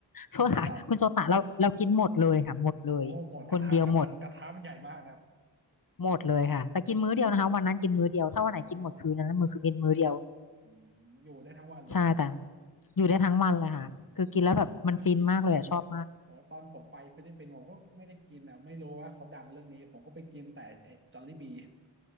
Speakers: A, on the left; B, on the right.
A: โชตะคุณโชตะเราเรากินหมดเลยค่ะหมดเลยคนเดียวหมด
B: คุณโชตะ โอ้หมดกระทะกระทะกระทะมันใหญ่มากนะครับ
A: หมดเลยค่ะแต่กินมื้อเดียวนะคะวันนั้นกินมื้อเดียวถ้าวันไหนกินหมดคืนนั้นมือคือเป็นมื้อเดียว
B: อ่าอืมอยู่ได้ทั้งวันเลย
A: ใช่แต่อยู่ได้ทั้งวันเลยค่ะคือกินแล้วแบบมันฟินมากเลยอะชอบมาก
B: อืมอ๋อตอนผมไปฟิลิปปินส์ผมก็ไม่ได้กินอ่ะไม่รู้ว่าเขาดังเรื่องนี้ผมก็ไปกินแต่ไอ้จอลลี่บี